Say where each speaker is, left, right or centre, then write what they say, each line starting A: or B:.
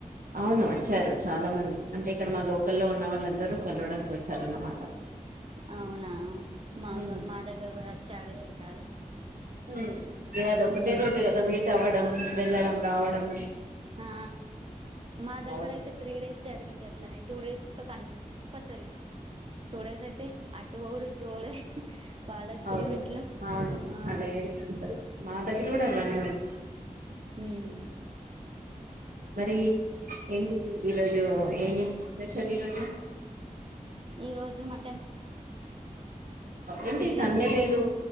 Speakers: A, on the right (about 85°); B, on the right (about 40°).
A: అవును. వచ్చారు చాలా మంది అంటే ఇక్కడ మా లోకల్లో ఉన్న వాళ్ళందరూ కలవడానికి వచ్చారన్నమాట.
B: అవునా! మాగ
A: ఉమ్
B: మా దగ్గర కూడ వచ్చారు చుట్టాలు.
A: హ్మ్ ఏ అదోకటే
B: ఉమ్
A: రోజె కదా! మీట్ అవ్వడం, వెళ్ళడం, రావడం.
B: ఆ మా దగ్గరయితే
A: అవును
B: త్రీ డేస్ జరిగింది అట్లనే. టూ డేస్ తో కన్పసరి. టుడేస్ అయితే, అటు పోవుడు ఇటు పోవుడే. వాళ్ళొచ్చుడు
A: అవుదు
B: ఇంట్లో
A: అవును.
B: ఆ
A: అలయనే ఉంటది. మాదగిరకూడా అలానే ఉంది
B: ఉమ్
A: మరి ఏంటి ఈరోజు ఏమి స్పెషల్ ఈరోజు
B: ఈ రోజు మటన్
A: ఏంటి
B: మీరేం
A: సండే
B: చేశారు
A: లేదు